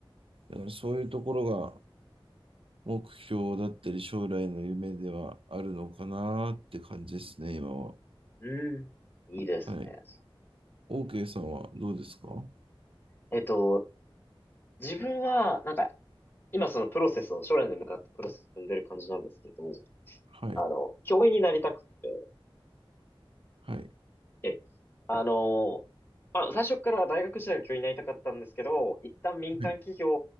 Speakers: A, on the right (about 70°); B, on the left (about 20°).
A: だからそういうところが目標だったり将来の夢ではあるのかなって感じですね、今は。
B: うん。いいですね。
A: はい。OK さんはどうですか
B: えっと、自分は、なんか、今そのプロセスを、将来に向かってプロセスを踏んでる感じなんですけど、
A: はい、
B: あの、教員になりたくて、
A: はい、
B: え、あの、まあ、最初から大学時代は教員になりたかったんですけど、一旦民間企業
A: はい、